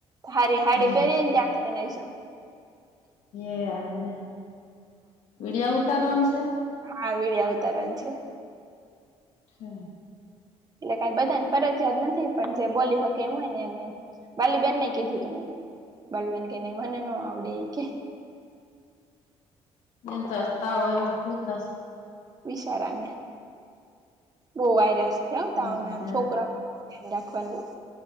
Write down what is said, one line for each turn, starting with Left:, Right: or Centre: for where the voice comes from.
Right: હારી હાડી
Left: હમ
Right: પહેરીને ત્યાં થાયને.
Left: એ હાલે, વિડીયા ઉતારવાનું છે?
Right: હા, વિડિયા ઉતારવાની છે.
Left: અચ્છા.
Right: એટલે કઈ બધાને ફરજિયાત નથી પણ જે બોલી હકે એમ હોય ને એને. બાલીબેન નેએ કીધું તુ મેં બાલીબેન કે ની મને નો આવડે એ કે.
Left: એનતો આજ તાવ આવ્યો હોતા સે.
Right: બીશારાને બહુ વાયરા સે હે
Left: હમ
Right: તાવના છોકરાઓનું ગ્રુપ. રાખવાનું.